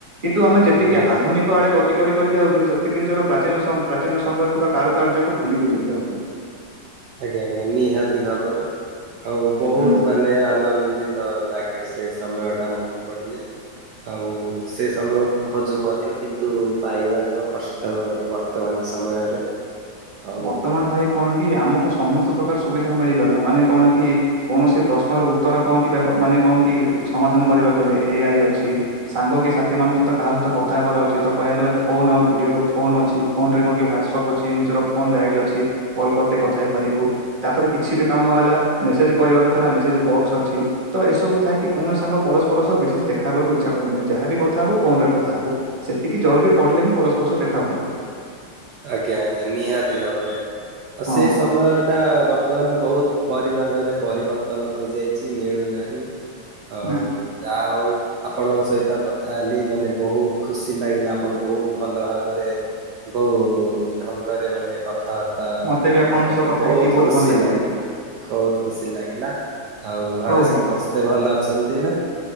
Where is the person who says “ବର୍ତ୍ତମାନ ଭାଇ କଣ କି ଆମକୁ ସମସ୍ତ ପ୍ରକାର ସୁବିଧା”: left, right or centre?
Right